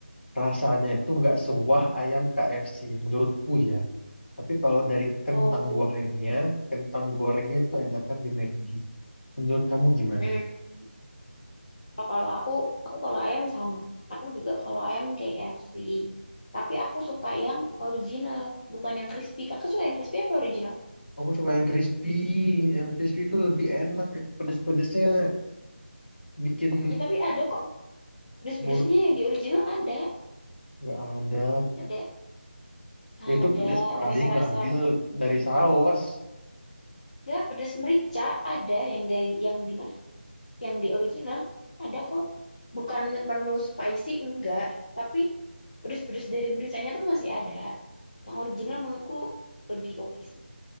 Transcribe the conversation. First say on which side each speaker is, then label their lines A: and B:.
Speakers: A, on the left; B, on the left.
A: rasanya itu nggak sewah ayam KFC menurutku ya. Tapi kalau dari kentang
B: Oh,
A: gorengnya, kentang gorengnya itu enakan di McD. Menurut kamu gimana?
B: hmm. Oh, kalau aku aku kalau ayam sama. Aku juga kalau ayam KFC. Tapi aku suka yang original, bukan yang crispy. Kakak suka yang crispy apa original?
A: Aku suka yang crispy. Yang crispy itu lebih enak. Itu pedes-pedesnya bikin
B: Ya tapi ada kok pedes-pedesnya
A: mulut
B: yang di original ada,
A: nggak ada.
B: ada. Ada
A: Itu pedes tadi
B: rasa-rasa
A: ngambil dari saus.
B: nggak pedas merica ada yang dari yang di mana? Yang di original ada kok. Bukan menu spicy enggak, tapi pedas-pedas dari mericanya tuh masih ada. Yang original menurutku lebih oke sih.